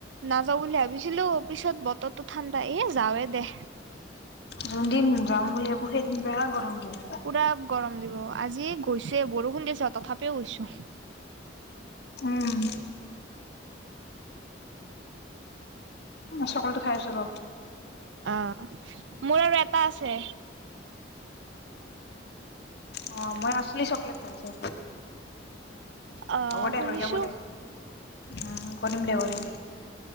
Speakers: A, on the right (about 80°); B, on the left (about 60°).
A: নাযাওঁ বুলি ভাবিছিলো পিছত ব তৰতো ঠাণ্ডা এ যাৱে দে
B: যোন দিন যাম বুলি ভাবো সেইদিন বেয়া গৰম দিয়ে
A: পুৰা গৰম দিব আজি গৈছোয়ে বৰষুণ দিছে তথাপিও গৈছো
B: উম চকলেট খাই আছো ৰ
A: অহ মোৰ আৰু এটা আছে
B: অ মই আচলি চকলেট খাই আছো
A: অ
B: হ'ব দে
A: শুনিছো
B: হৈ যাব দে উম কৰিম দে কৰিম দে